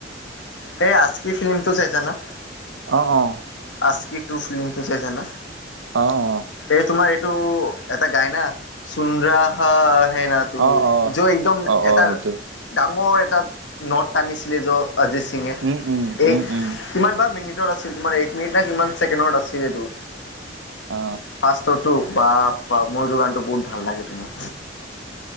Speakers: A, on the left; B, on the right.
A: সেই আজকি ফিল্মটো চাইছা না
B: অ অ,
A: আজকি টো ফিল্মিটোচাইছা না।
B: অ অ,
A: এই তোমাৰ এইটো এটা গায় না চুন্দ্ৰা হা হেনা। ত
B: অ', অ'।
A: য একদম
B: অ',
A: এটাৰ
B: অ', সেইটো
A: ডাঙৰ এটা নট টানিছিলে য সিঙে
B: উম উম,
A: এক
B: উম, উম।
A: কিমান বা মিনিটত আছিল তোমাৰ এক মিনিট নে কিমান ছেকেণ্ডত আছিল এইটো।
B: অ,
A: পাটো বা ময়টো গানতটো বহুত ভাল লাগে তোমাৰ।